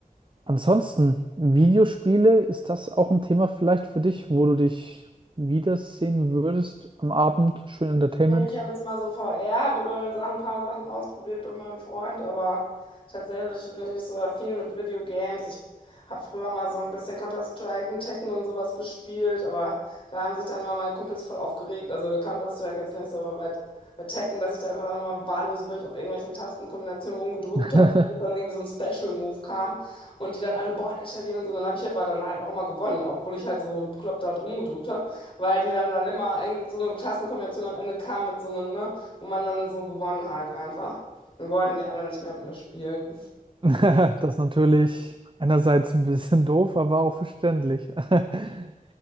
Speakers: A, on the right (about 35°); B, on the left (about 35°).
A: Ansonsten, Videospiele, ist das auch ein Thema vielleicht für dich, wo du dich wiedersehen würdest am Abend? Schön Entertainment.
B: Nee, Ich habe jetzt immer so VR-Brillen, Sachen, ein paar Sachen ausprobiert bei meinem Freund, aber tatsächlich bin ich nicht so affin mit Videogames. Ich habe früher mal so ein bisschen Counter-Strike und Tekken und sowas gespielt, aber da haben sich dann immer meine Kumpels voll aufgeregt. Also Counter-Strike jetzt nicht so, aber bei, bei Tekken, dass ich da einfach immer wahllos wild auf irgendwelchen Tastenkombinationen rumgedrückt
A: <laughs>
B: habe und dann irgendwie so ein Special-Move kam und die dann alle, boah, installieren und so. Dann habe ich aber dann halt auch immer gewonnen, obwohl ich halt so bekloppt da rumgedrückt habe. Weil die dann, dann immer in so eine Klassenkombination am Ende kam mit so einem, ne, wo man dann so gewonnen hat einfach. Und wollten die alle nicht mehr mit mir spielen.
A: Das ist natürlich einerseits ein bisschen doof, aber auch verständlich. <laughs>